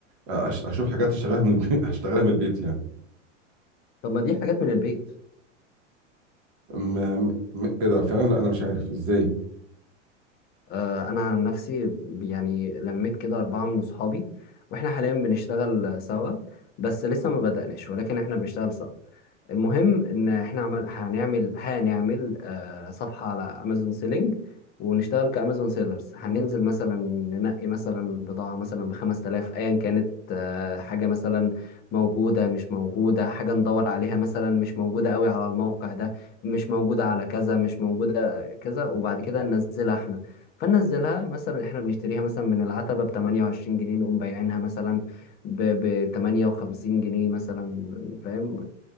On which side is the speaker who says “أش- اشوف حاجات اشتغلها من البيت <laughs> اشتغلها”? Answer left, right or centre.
Right